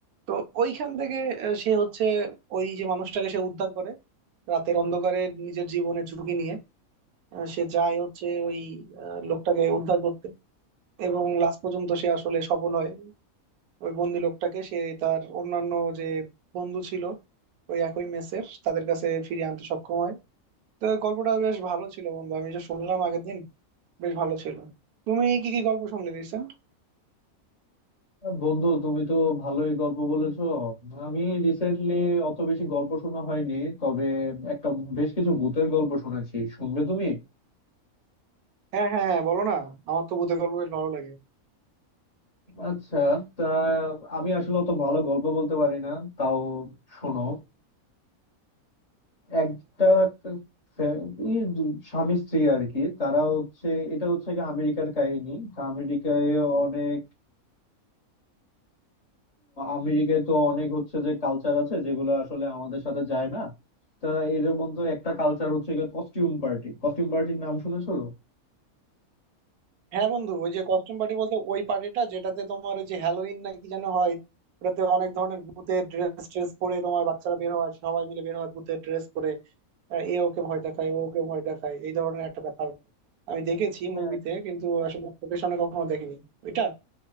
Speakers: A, on the right (about 85°); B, on the left (about 35°).
A: তো ওইখান থেকে আহ, সে হচ্ছে ওই যে মানুষটাকে সে উদ্ধার করে রাতের অন্ধকারে নিজের জীবনে ঝুঁকি নিয়ে আহ সে যায় হচ্ছে ওই আহ, লোকটাকে উদ্ধার করতে এবং লাস্ট পর্যন্ত সে আসলে সফল হয় ওই বন্দি লোকটাকে সে তার অন্যান্য যে বন্ধু ছিল ওই একই মেসের তাদের কাছে ফিরিয়ে আনতে সক্ষম হয় তো গল্পটা বেশ ভালো ছিল বন্ধু আমি যে শুনলাম আগের দিন বেশ ভালো ছিল তুমি কি কি গল্প শুনলে রিসেন্ট
B: বন্ধু তুমি তো ভালোই গল্প বলেছো আমি রিসেন্টলি অত বেশি গল্প শোনা হয়নি তবে একটা বেশ কিছু ভূতের গল্প শুনেছি শুনবে তুমি
A: হ্যাঁ হ্যাঁ হ্যাঁ বলো না আমার তো ভূতের গল্প বেশ ভালো লাগে
B: আচ্ছা তা আমি আসলে অত ভালো গল্প বলতে পারি না তাও শোনো একটা ফ্যা- ই দু- স্বামী স্ত্রী আর কি তারা হচ্ছে এটা হচ্ছে কি আমেরিকার কাহিনী তা আমেরিকায় অনেক আমেরিকায় তো অনেক হচ্ছে যে কালচার আছে যেগুলো আসলে আমাদের সাথে যায় না তা এর মধ্যে একটা কালচার হচ্ছে কস্টিউম পার্টি কস্টিউম পার্টির নাম শুনেছো
A: হ্যাঁ বন্ধু ওই যে কস্টিউম পার্টি বলতে ওই পার্টিটা যেটাতে তোমার ওই যে হ্যালোইন না কি যেন হয় ওটাতে অনেক ধরনের ভূতের ড্রেস ট্রেস পরে তোমার বাচ্চারা বের হয় সবাই মিলে বের হয় ভূতের ড্রেস পরে আহ, এ ওকে ভয় দেখায় ও ওকে ভয় দেখায় এই ধরনের একটা ব্যাপার আমি দেখেছি
B: হ্যাঁ
A: মুভিতে কিন্তু আসলে চোখের সামনে কখনো দেখিনি ওইটা